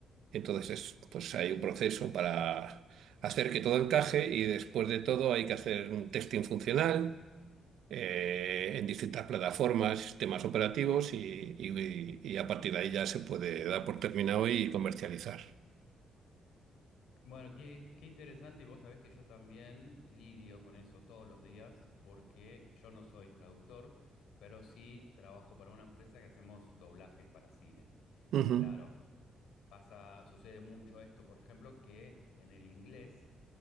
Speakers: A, on the right; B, on the left.
A: Entonces, es, pues hay un proceso para hacer que todo encaje y después de todo hay que hacer un testing funcional eh, en distintas plataformas, sistemas operativos y, y- y a partir de ahí ya se puede dar por terminado y comercializar.
B: Bueno, qué, qué interesante y vos sabés que yo también lidio con eso todos los días porque yo no soy traductor, pero sí trabajo para una empresa que hacemos doblajes para cine.
A: Ujú.
B: Y claro, pasa, sucede mucho esto, por ejemplo, que en el inglés